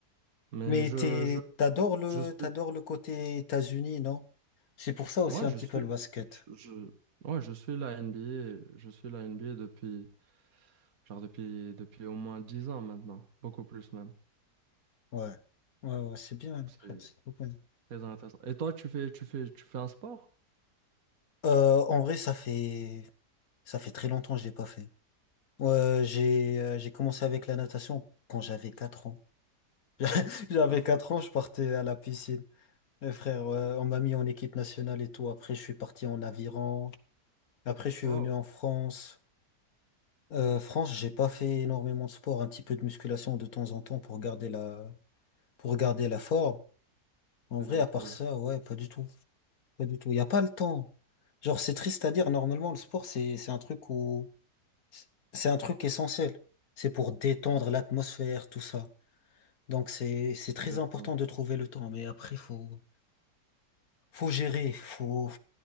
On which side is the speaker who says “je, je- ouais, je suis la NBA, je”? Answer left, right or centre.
Right